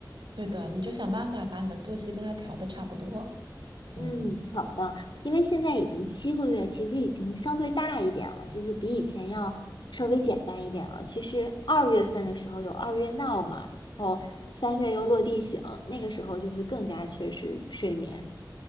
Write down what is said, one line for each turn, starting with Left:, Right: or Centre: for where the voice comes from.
Right: 对的，你就想办法把你的作息跟他调的差不多，嗯，
Left: 嗯，好的，因为现在已经七个月，其实已经相对大一点了，就是比以前要稍微简单一点了。其实二月份的时候有二月闹嘛，然后三月又落地醒，那个时候就是更加缺失睡眠。